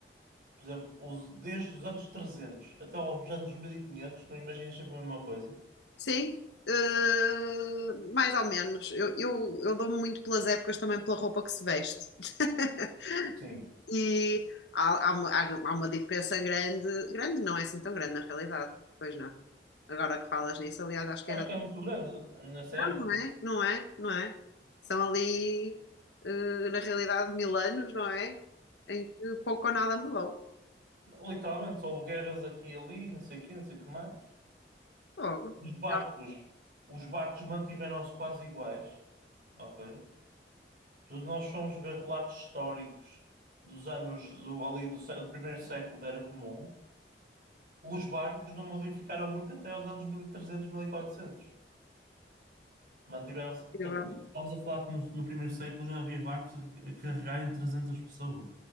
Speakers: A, on the right; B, on the left.
A: por exemplo, os- desde os anos 300 até aos anos 1500 não imaginas sempre a mesma coisa?
B: Sim, uh, mais ou menos. Eu, eu, eu dou-me muito pelas épocas também pela roupa que se veste. <laughs>
A: Sim.
B: E há, há, uma- há uma diferença grande. Grande não é assim tão grande na realidade, pois não. Agora que falas nisso, aliás, acho que
A: Acho
B: é
A: que é muito grande nessa
B: Ah,
A: época.
B: não é? Não é? Não é? São ali, eh, na realidade, mil anos, não é? Em que pouco ou nada mudou.
A: Literalmente, houve guerras aqui e ali, não sei o quê, não sei o que mais.
B: Fogo.
A: Os barcos,
B: Já
A: os barcos mantiveram-se quase iguais, ok? Tu- Nós fomos ver relatos históricos dos anos do, ali do, sé- do primeiro século da Era Comum. Os barcos não modificaram muito até os anos mil mil e trezentos mil e quatrocentos. Mantiveram-se, portanto,
B: incrível.
A: estamos a falar que no, no primeiro século já havia barcos a, a carregarem 300 pessoas,